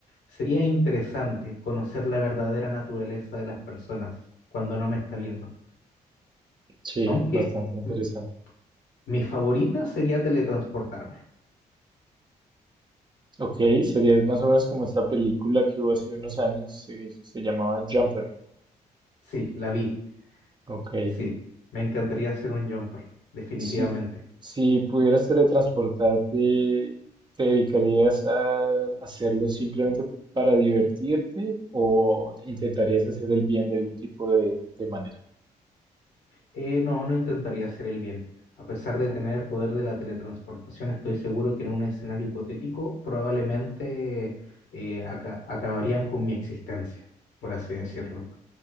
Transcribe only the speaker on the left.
Sería interesante conocer la verdadera naturaleza de las personas cuando no me está viendo.
Aunque
m- mi favorita sería teletransportarme.
Sí, la vi.
Sí, me encantaría ser un jumper, definitivamente.
Eh, no, no intentaría hacer el bien. A pesar de tener el poder de la teletransportación, estoy seguro que en un escenario hipotético probablemente eh, aca- acabarían con mi existencia, por así decirlo.